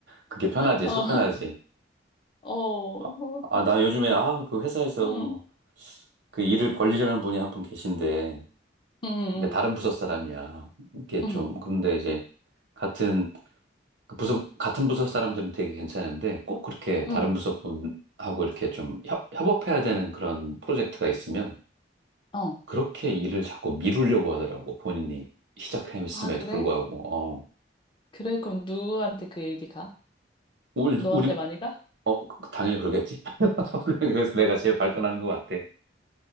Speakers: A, on the right; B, on the left.
A: 그게 편하지,
B: 어,
A: 속 편하지.
B: 어,
A: 아, 아, 나 요즘에, 아, 그 회사에서
B: 응,
A: 그 일을 벌리려는 분이 한 분 계신데,
B: 응, 응,
A: 그러니까 다른 부서 사람이야. 이게
B: 응,
A: 좀, 그런데 이제, 같은, 그 부서, 같은 부서 사람들은 되게 괜찮은데, 꼭 그렇게
B: 응,
A: 다른 부서 분하고 이렇게 좀 협, 협업해야 되는 그런 프로젝트가 있으면,
B: 응. 어.
A: 그렇게 일을 자꾸 미루려고 하더라고, 본인이 시작했음에도
B: 아, 그래?
A: 불구하고, 어.
B: 그래, 그럼 누구한테 그 일이 가?
A: 우리,
B: 너한테 많이 가?
A: 어, 그- 그, 당연히 그러겠지. <laughs> 그래서 내가 제일 발끈하는 것 같아.